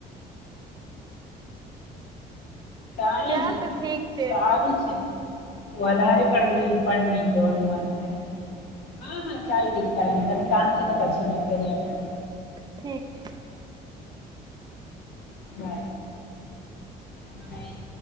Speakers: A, on the left; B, on the right.
A: ટાઈમ
B: ચાલ તો ઠીક છે
A: સારું છે વધારે પડ પણ નહી જોવાનું મન થાય છે હા હા ચાલ ઠીક ક તને કામ છે તો પછી વાત કરીએ આપણે
B: ઠીક છે
A: બાય બાય